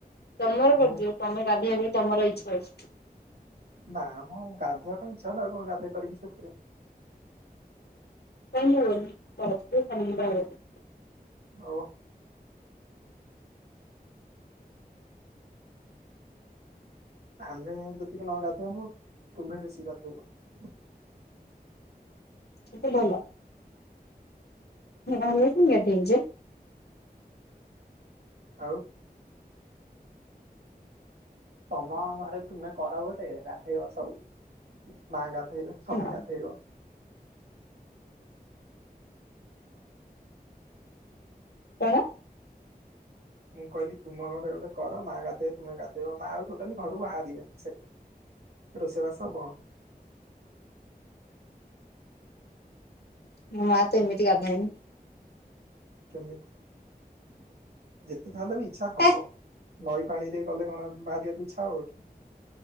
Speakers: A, on the left (about 85°); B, on the right (about 80°).
A: ତମର
B: ମୁଁ
A: କରିଦିଅ ତମେ ଗାଧେଇଆ ପାଇଁ ତମର ଇଛା ହଅଛି।
B: ନା ମ ଗାଧୋଇଆ ପାଇଁ ଇଚ୍ଛା ହେଲା ଆଉ କଣ ଗାଧୋଇ ପାରିବି ସେଠି।
A: ଧନ୍ୟ ସମୀ ଭ <unintelligible>
B: ହଉ। ଆମେ ଯଦି ନ ଗାଧେଇବୁ ତୁମେ ବେଶୀ ଗାଧେଇବ।
A: ସେ ତମଲ <unintelligible> ଆମ କତି ଯେ <inaudible>
B: ଆଉ ତମ ଘରେ ତୁମେ କର ଗୋଟେ ଗାଧେଇବ ସବୁ ମା ଗାଧେଇବେ।
A: ଭଲ।
B: ସମୀ ଗାଧେଇବ।
A: କଣ
B: ମୁଁ କହିଲି ତୁମ ଘରେ ଗୋଟେ କର ମା ଗାଧେଇ ତୁମେ ଗାଧେଇବ ମା ଆଉ ଟୋଟାଲି ଘରୁ ବାହାରିବେ ସେ ରୋଷେଇବାସ ବ
A: ମୋ ମା ତେମିତି ଗାଧେଇବେ?
B: କେମିତି ଯେତେ ଯାହାଲେ ବି ଇଚ୍ଛା ହବ।
A: ହେ
B: ନଈ ପାଣିରେ ଗଲେ କଣ ବାହାରିଆକୁ ଇଚ୍ଛା ହବ କି?